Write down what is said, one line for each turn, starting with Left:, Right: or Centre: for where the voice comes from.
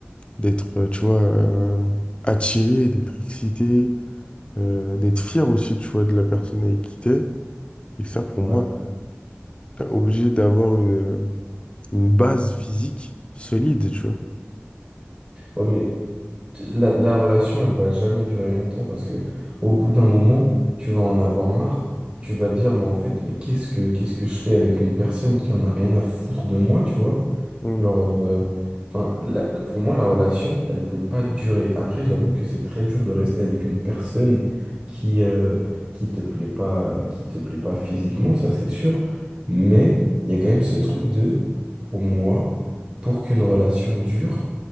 Left: d'être, euh, tu vois, euh, attiré, d'être excité, euh, d'être fier aussi, tu vois, de la personne avec qui t'es. Et ça, pour moi,
Right: ouais.
Left: t'es obligé d'avoir une, une base physique solide, tu vois.
Right: Ouais, mais t- la, la relation, elle va jamais durer longtemps parce que au bout d'un moment, tu vas en avoir marre. Tu vas dire, mais en fait, mais qu'est-ce que, qu'est-ce que je fais avec une personne qui en a rien à foutre de moi, tu vois?
Left: Mm.
Right: Genre, euh, enfin, la- pour moi, la relation, elle peut pas durer. Après, j'avoue que c'est très dur de rester avec une personne qui, euh, qui te plaît pas, euh, qui te plaît pas physiquement, ça c'est sûr. Mais il y a quand même ce truc de, pour moi, pour qu'une relation dure,